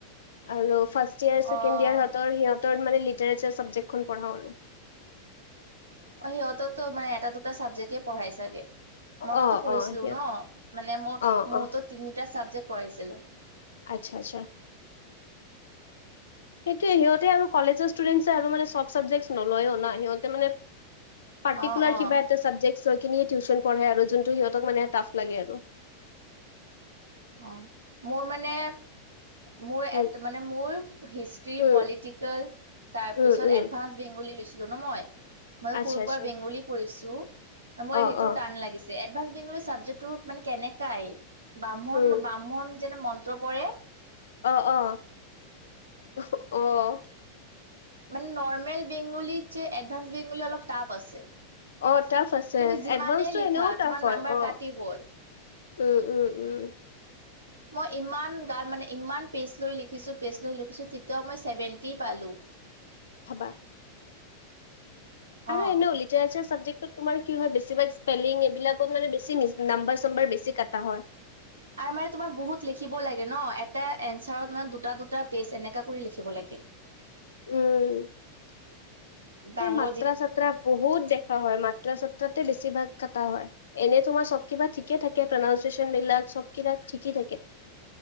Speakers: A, on the left (about 65°); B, on the right (about 75°).
A: আৰু ফাৰ্ষ্ট ইয়াৰ ছেকেণ্ড
B: অ',
A: ইয়াৰ সিহঁতৰ মানে লিটাৰেচাৰ চাবজেক্ট খন পঢ়াও।
B: অঁ সিহঁততো মানে এটা দুটা চাবজেক্টে পঢ়াই চাগে। মইওতো
A: অ
B: পঢ়িছিলো
A: অ সিহঁত
B: ন মানে মোৰ
A: অ
B: মোৰতো
A: অ
B: তিনিটা চাবজেক্ট পঢ়াইছিলে।
A: আচ্ছা আচ্ছা। সেইটো সিহঁতে আৰু কলেজৰ ষ্টুডেন্টছে আৰু মানে চব চাবজেক্ট নলয়ও না। সিহঁতে মানে পাৰ্টিকোলাৰ
B: অ', অ'।
A: কিবা- চাবজেক্টৰ খিনি টিউচন পঢ়ে আৰু যোনটো সিহঁতক মানে টাফ লাগে আৰু।
B: অঁ মোৰ মানে- মোৰ
A: উম,
B: মানে মোৰ হিষ্টি
A: উম,
B: পলিটিকেল তাৰপিছত
A: উম, উম,
B: এডভান্স- বেংগলী লৈছিলো ন মই, মই সৰুৰ
A: আচ্ছা আচ্ছা
B: পৰা বেংগলী পঢ়িছো মোৰ
A: অ',
B: সেইটো
A: অ',
B: টান লাগিছে। এডভান্স মেট চাবজেক্টটো মানে কেনেকাই, বামণ
A: উম,
B: বামণ- যেনে মন্ত্ৰ পঢ়ে।
A: অ অ, অ, অহ ও
B: মানে নৰ্মেল বেংগলী যে এডভান্স বেংগলী অলপ টাফ আছে।
A: অ টাফ আছে,
B: তুমি যিমানেই
A: এডভান্স টো
B: লিখা
A: এনেও
B: তোমাৰ
A: টাফ হয়
B: নাম্বাৰ
A: অঁ।
B: কাটিবই
A: উম উম উম
B: মই ইমান গান মানে ইমান পেজ লৈ লিখিছো পেজ লৈ লিখিছো তেতিয়াও মই ছেভেণ্টি পালো।
A: খাবা আৰু
B: অ
A: এনেও- যাৰ যাৰ চাবজেক্টটো তোমাৰ কি হয়, বেছিভাগ স্পেলিং এইবিলাকত মানে বেছি নাম্বাৰ চম্বাৰ বেছি কাটা হয়।
B: <unintelligible> আৰু মানে তোমাৰ বহুত লিখিব লাগে ন এটা এনঞ্চাৰত মানে দুটা দুটা পেজ এনেকা কৰি লিখিব লাগে।
A: উম, সেই
B: ডাঙৰ
A: মাত্ৰা
B: যি
A: চাত্ৰা- বহুত দেখা হয় মাত্ৰা চাত্ৰাতে বেছি ভাগ কাটা হয়। এনেই তোমাৰ চব কিবা ঠিকে থাকে প্ৰনাউনচিয়েচন বিলাক চব কিবা ঠিকেই থাকে।